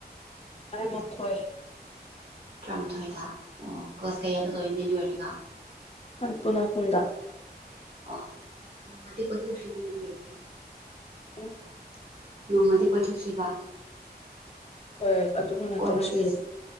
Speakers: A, on the left; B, on the right.
A: ꯇꯔꯥꯃꯊꯣꯏ꯫
B: ꯇꯔꯥꯃꯥꯊꯣꯏꯗ ꯑꯣ ꯀ꯭ꯂꯥꯁ ꯀꯌꯥꯗ ꯂꯣꯏꯅꯤ ꯑꯗꯨ ꯑꯣꯏꯔꯒ꯫
A: ꯄꯨꯅ ꯍꯨꯟꯗ꯫
B: ꯑꯣ ꯅꯣꯡꯃꯗꯤ ꯄꯨꯟꯊꯣꯛꯁꯤꯗꯅ ꯑꯗꯨ ꯑꯣꯏꯗꯤ꯫
A: <unintelligible>
B: ꯅꯣꯡꯃꯗꯤ ꯀꯣꯏꯊꯣꯛꯁꯤꯕ꯫
A: ꯍꯣꯏ ꯑꯗꯨꯃꯥꯏꯅ
B: ꯀꯣꯏꯕ
A: ꯇꯧꯔꯁꯨ
B: ꯆꯠꯁꯦ
A: ꯌꯥꯏ